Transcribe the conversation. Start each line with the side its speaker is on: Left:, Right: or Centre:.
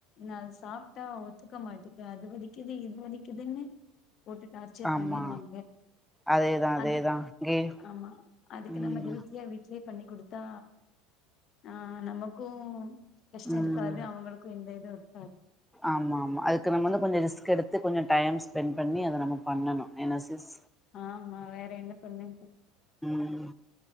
Left: நான் சாப்பிட்டா ஒத்துக்க மாட்டேங் அது வலிக்குதுன்னு இது வலிக்குதுன்னு போட்டு டார்ச்சர்
Centre: ஆமா
Left: பண்ணிருவாங்க
Centre: அதேதா அதேதா
Left: அது
Centre: இங்கயு
Left: ஆமா அதுக்கு
Centre: ம்
Left: நம்ம ஹெல்த்தியா வீட்லயே பண்ணி் குடுத்தா ஆ நமக்கும் கஷ்டம்
Centre: ம்
Left: இருக்காது அவங்களுக்கும் எந்த இது இருக்
Centre: ஆமா ஆமா அதுக்கு நம்ம வந்து கொஞ்சம் ரிஸ்க் எடுத் த்து கொஞ்சம் டைம் ஸ்பென்ட் பண்ணி அத நம்ம பண்ணணும் என்ன சிஸ்
Left: ஆமா வேற என்ன பண்ண
Centre: ம்